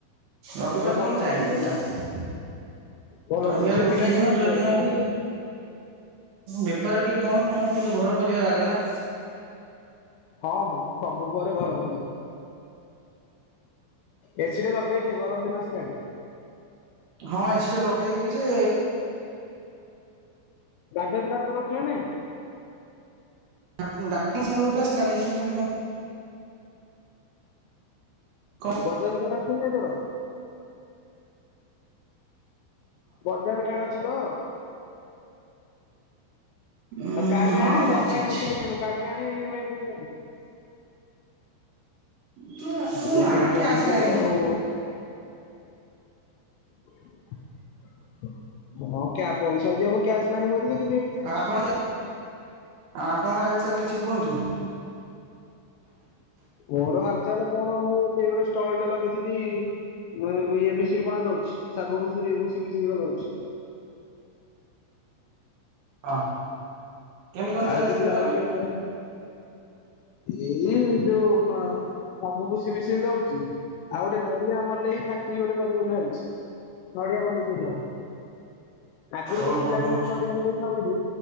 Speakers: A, on the right; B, on the left.
A: ରବିବାର
B: ନାଇଁ ଭଲ
A: ଦିନ ମୁଁ ଯାଏନି
B: କରୁଚୁ ଭଲ
A: ଦୋକାନ।
B: କରୁଚୁ ଭଲ
A: ରବିବାରେ
B: କରୁଚୁ ସେ
A: ଗୋଟିଏ
B: ପିଲା ଯେତେବେଳେ
A: ଦିନ ଯୋଉ ଦିନ କି ବେପାର ଟିକେ କମ <unintelligible> କିନ୍ତୁ ଘର ପରିବାର ଆଗ ନା।
B: ହଁ ମ ସବୁ ଘରେ ଘର ପରିବା। ଏସି ଟେ ଲଗେଇଦେ ଗରମ ଦିନ ଆସିଲାଣି।
A: ହଁ ଏ ସି ଲଗେଇଦେବି ଯେ
B: ବଜାଜ୍ କାର୍ଡ ତୋର ଅଛି ନା ନାହିଁ।
A: <unintelligible> କାଲି ଯିବି <unintelligible> କଣ
B: ବଜାଜ୍ କାର୍ଡ ଅଛି ନା ତୋରୋ। ବଜାଜ୍ କାର୍ଡ ଅଛି ତ।
A: ଉଁ
B: ଆଉ କାର୍ଡରେ
A: ହଁ
B: ଆଣେ
A: ହଁ
B: ଭାରି
A: ଅଛି
B: ଆଉ କାଇଁ
A: ଅଛି।
B: ପଇସା ଦେଇକି ଆଣିବୁ କାର୍ଡରେ <unintelligible>
A: <unintelligible>
B: ଇ ଏମ
A: ନା
B: ଆଇ କରିକି ତ
A: କ୍ୟାସ
B: ଆଣିବୁ
A: ରେ
B: ହାରି
A: ଆଣିବି।
B: ଆଉ। <unintelligible> କ୍ୟା ପଇସା <unintelligible> କ୍ୟାସରେ ଆଣିବ ଭାରି ନେ
A: ଆଉ ଆପଣ ଆଉ ଆପଣଙ୍କ ହାଲଚାଲ କିଛି କୁହନ୍ତୁ।
B: ମୋର ହାଲଚାଲ କଣ ମୁଁ <unintelligible> ଗୋଟେ ଷ୍ଟଲ ଟେ ଲଗେଇଥିଲି। <unintelligible> ପଣା ଦୋଉଛି ସାଗୁ <unintelligible> ଭୁଷି ମିଶିରି ର ଦୋଉଛି।
A: ହଁ କେମିତି କଣ
B: ଯାଇକି
A: ଚାଲଛି
B: ପିଲା
A: ବେପାର।
B: ଲଗେଇ ହଉଛି। ଏଇ ଯୋଉ ନ ସାଗୁ ଭୁଷି ମିଶିରି ଦୋଉଚି। ଆଉ ଗୋଟେ ନଡିଆ ମଲେଇ ଫାକ୍ଟ୍ରି ଗୋଟେ କରିବି ବୋଲି ଭାବିଛି। ନଡିଆ ମଲେଇକି ସେଇଠି ହବ ଆଗୁରୁ
A: ଓହୋ
B: ଯୋଉ ପିଲାଦିନେ
A: ହୋ
B: ଆମେ ନଡିଆ ମଲେଇ ଖାଉଥିଲି।